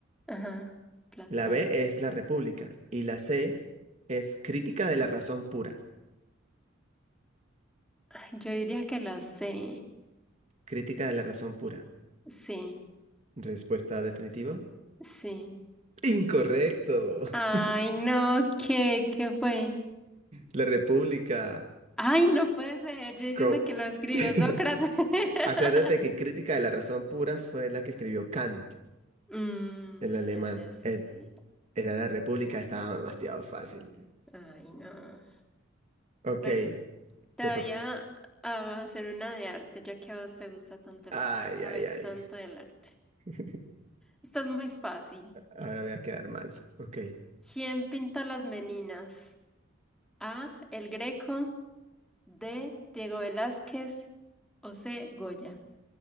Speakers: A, in the centre; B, on the right.
A: Ajá, Platón.
B: La B es la República y la C es Crítica de la Razón Pura.
A: Yo diría que la sé.
B: Crítica de la Razón Pura.
A: Sí,
B: Respuesta definitiva.
A: sí.
B: Incorrecto.
A: Ay,
B: <laughs>
A: no, ¿qué, qué fue?
B: La República.
A: Ay, no puede ser. Yo diciendo
B: Co-
A: que lo escribió
B: <laughs>
A: Sócrates. <laughs>
B: Acuérdate que Crítica de la Razón Pura fue la que escribió Kant,
A: Mm,
B: el alemán.
A: ya, ya, sí,
B: Es-
A: sí.
B: Era la República, estaba demasiado fácil.
A: Ay, no.
B: Ok,
A: Bueno, te
B: te
A: voy
B: toca.
A: a, a hacer una de arte, ya que a vos te gusta tanto el
B: Ay,
A: arte, sabes
B: ay, ay.
A: tanto del arte.
B: <laughs>
A: Esto es muy fácil.
B: Ahora voy a quedar mal. Ok.
A: ¿Quién pintó las Meninas? A. El Greco. D. Diego Velázquez. O C. Goya.